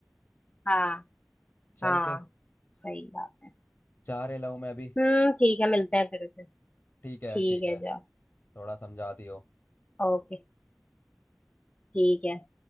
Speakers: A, on the left (about 30°); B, on the left (about 65°).
A: हाँ
B: चल
A: हाँ
B: फिर
A: सही बात है
B: जा रहे लाऊं मैं अभी
A: हम्म ठीक है मिलते हैं फिर से
B: ठीक है
A: ठीक
B: ठीक
A: है
B: है
A: जाओ
B: थोड़ा समझा दियो
A: ओके ठीक है